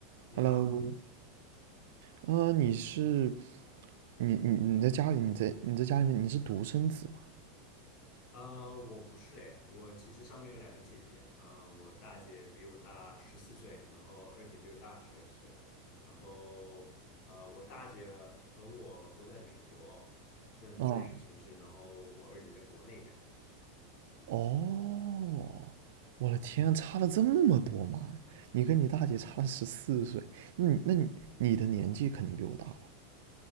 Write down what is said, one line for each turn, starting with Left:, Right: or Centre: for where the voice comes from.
Left: 你好，
Right: Hello，啊、你是你你你在家里，你在你在家里面你是独生子吗？
Left: 呃，我不是哎，我其实上面有两个姐姐，呃，我大姐比我大十四岁，然后二姐比我大十二岁，然后呃，我大姐和我都在美国，虽然不在一个城市，
Right: 啊、
Left: 然后我二姐在国内这样，嗯，
Right: 哦，我的天啊，差了这么多吗？你跟你大姐差了十四岁，那你那你你的年纪肯定比我大了。
Left: 对，